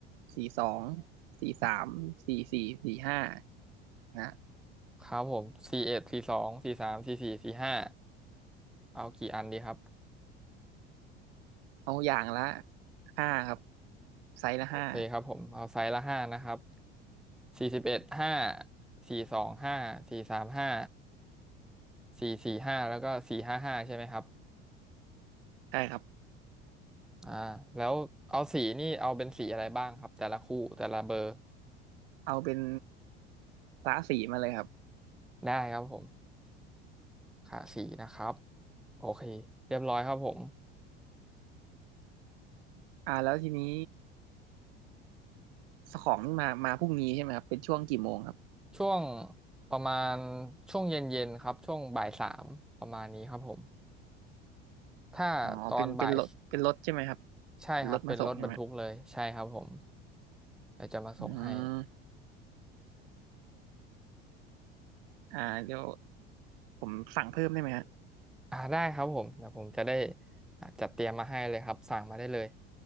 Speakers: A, on the right (about 60°); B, in the centre.
A: สี่สองสี่สามสี่สี่สี่ห้านะ
B: ครับผมสี่เอ็ดสี่สองสี่สามสี่สี่สี่ห้าเอากี่อันดีครับ
A: เอาอย่างละห้าครับไซส์ละห้า
B: โอเคครับผมเอาไซส์ละห้านะครับสี่สิบเอ็ดห้าสี่สองห้าสี่สามห้าสี่สี่ห้าแล้วก็สี่ห้าห้าใช่ไหมครับ
A: ใช่ครับ
B: อ่าแล้วเอาสีนี่เอาเป็นสีอะไรบ้างครับแต่ละคู่แต่ละเบอร์
A: เอาเป็นกะสีมาเลยครับ
B: ได้ครับผมค่ะสีนะครับโอเคเรียบร้อยครับผม
A: อ่าแล้วทีนี้ สของนี่มามาพรุ่งนี้ใช่ไหมครับเป็นช่วงกี่โมงครับ
B: ช่วงประมาณช่วงเย็นๆครับช่วงบ่ายสามประมาณนี้ครับผมถ้าตอนบ่าย
A: อ๋อเป็นเป็นรถเป็นรถใช่ไหมครับ
B: ใช่ครับเป็นรถบรรทุกเลยใช่ครับผม
A: เป็นรถมาส่งใช่ไหม
B: เดี๋ยวจะมาส่งให้
A: อืมอ่าเดี๋ยวผมสั่งเพิ่มได้ไหมฮะ
B: อ่าได้ครับผมเดี๋ยวผมจะได้อ่าจัดเตรียมมาให้เลยครับสั่งมาได้เลย